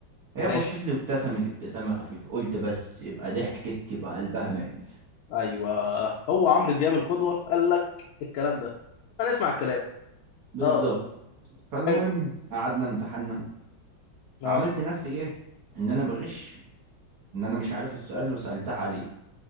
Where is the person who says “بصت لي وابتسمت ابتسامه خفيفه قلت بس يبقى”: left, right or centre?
Right